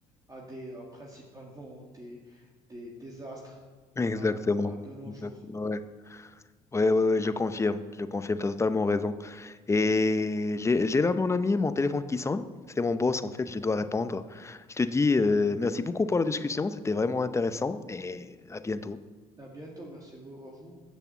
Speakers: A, on the right; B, on the left.
A: à des à principalement des des désastres qu'on
B: Exactement.
A: a à de nos
B: Exactement,
A: jours.
B: ouais. Ouais, ouais, ouais, je confirme, je confirme, tu as totalement raison. Et j'ai j'ai là mon ami, mon téléphone qui sonne. C'est mon boss, en fait, je dois répondre. Je te dis euh, merci beaucoup pour la discussion, c'était vraiment intéressant et à bientôt.
A: À bientôt, merci à vous.